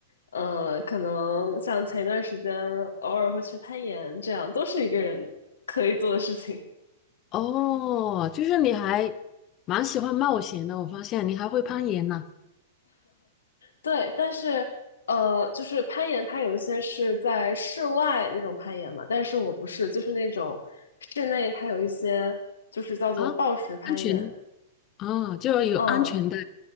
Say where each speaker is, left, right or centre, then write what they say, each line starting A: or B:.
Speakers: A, on the left; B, on the left.
A: 呃，可能像前一段时间偶尔会去攀岩，这样都是一个人可以做的事情。
B: 哦，就是你还蛮喜欢冒险的，我发现你还会攀岩呢。
A: 对，但是呃，就是攀岩，它有一些是在室外那种攀岩嘛，但是我不是，就是那种室内它有一些就是叫做抱石攀岩，
B: 啊，安全啊，就是有安全带，
A: 嗯，